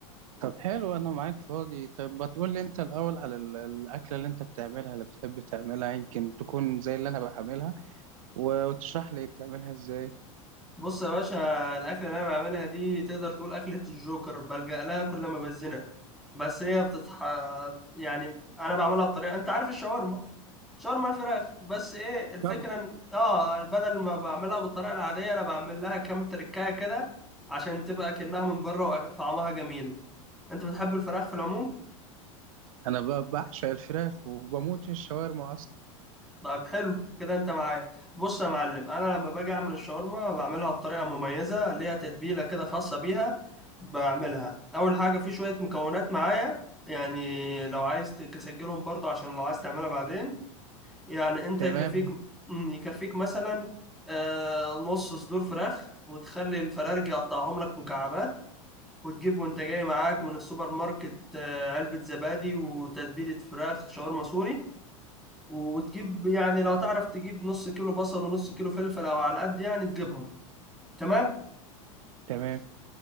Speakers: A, on the right; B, in the centre.
A: طب حلو انا معاك فاضي طب ما تقول لي انت الاول على ال- الاكله اللي انت بتعملها اللي بتحب تعملها يمكن تكون زي اللي انا بعملها و- وتشرح لي بتعملها ازاي
B: بص يا باشا الأكلة اللي أنا بعملها دي تقدر تقول أكلة الجوكر بلجأ لها كل ما بزنق بس هي بتتح يعني أنا بعملها بطريقة أنت عارف الشاورما شاورما الفراخ بس إيه الفكرة
A: طبعا
B: إن آه بدل ما بعملها بالطريقة العادية أنا بعمل لها كام تركاية كده عشان تبقى كأنها من بره وطعمها جميل أنت بتحب الفراخ في العموم؟
A: انا ب- بعشق الفراخ وبموت في الشاورما اصلا
B: طيب حلو كده انت معايا بص يا معلم انا لما باجي اعمل الشاورما بعملها بطريقه مميزه ليها تتبيله كده خاصه بيها بعملها اول حاجه في شويه مكونات معايا يعني لو عايز تسجلهم برضه عشان لو عايز تعملها بعدين يعني انت
A: تمام
B: يكفيك مم، يكفيك مثلا آه، نص صدور فراخ وتخلي الفرارج يقطعهم لك مكعبات وتجيب وانت جاي معاك من السوبر ماركت آه، علبة زبادي وتتبيلة فراخ شاورما سوري وتجيب يعني لو تعرف تجيب نص كيلو بصل ونص كيلو فلفل او على قد يعني تجيبهم تمام
A: تمام